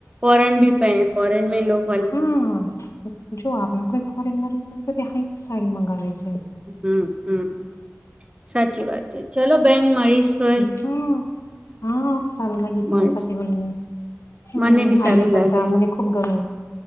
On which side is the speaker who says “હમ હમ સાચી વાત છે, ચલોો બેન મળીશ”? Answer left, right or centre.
Right